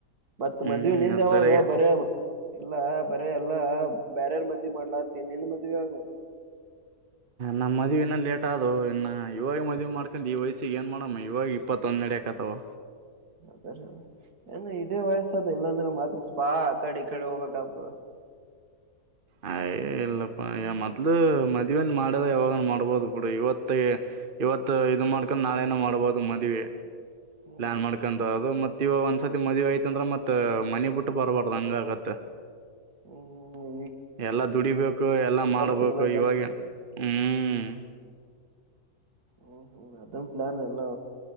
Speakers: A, on the right; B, on the right.
A: ಮತ್ತ
B: ಹ್ಮ್
A: ಮದ್ವೆ ನಿಂದ
B: ಅದ್
A: ಯಾವಾಗ
B: ಸಲಗೆ
A: ಬರ ಎಲ್ಲ ಬರ ಎಲ್ಲ ಬ್ಯಾರರ್ ಮದ ಮಾಡಲತ್ತೆ ನಿಂದು ಮದುವೆ ಆಗ
B: ನಮ್ಮ ಮದುವೆ ಇನ ಲೇಟ್ ಆದ ಅ ಇನ್ನು ಇವಾಗ ಮದುವೆ ಮಾಡ್ಕೊಂಡು ಈ ವಯಸ್ಸಿಗೆ ಏನು ಮಾಡಮ್ಮ ಇವಾಗ ಇಪ್ಪತ್ತೊಂದುೆಡಿ ಹಾಕತ್ತೆ ಹ
A: ಹ ಬರ ಏನ್ ಇದೇ ವಯಸ್ಸ ಅದು ಇಲ್ಲಾಂದ್ರೆ ಮತ ಸ್ಪಾ ಆ ಕಡೆ ಈ ಕಡೆ ಹೋಗ್ಬೇಕಪ್ಪ
B: ಅಯ ಇಲ್ಲಪ್ಪ ಮೊದ್ಲು ಮದ್ವೆನ್ ಮಾಡ್ಯದ ಯಾವಾಗನ್ ಮಾಡ್ಬೋದು ಬಿಡು ಇವತ್ತ ಇವತ್ ಇದ ಮಾಡ್ಕೊಂಡ್ ನಾಳೇನು ಮಾಡ್ಬೋದು ಮದ್ವೆ
A: ಹ್ಮ್
B: ಲ್ಯಾಂಡ್ ಮಾಡ್ಕೊಂತ ಅದು ಮತ್ತ ಇವ ಒಂದ್ಸರ್ತಿ ಮದ್ವಿ ಆಯತ್ಂದ್ರ ಮತ್ ಮನಿ ಬಿಟ್ಟ ಬರ್ಬಾರ್ದ ಹಂಗ ಆಗತ್ತ
A: ಹ್ಮ
B: ಎಲ್ಲಾ ದುಡಿಬೇಕು ಎಲ್ಲಾ ಮಾಡ್ಬೇಕು
A: ಸಿಗಲ್ಲ ಅಂದ
B: ಇವಾಗ ಹ್ಮ್
A: ಹ್ಮ್ ಹ್ಮ ಅದನ್ ಪ್ಲಾನ್ ಎಲ್ಲ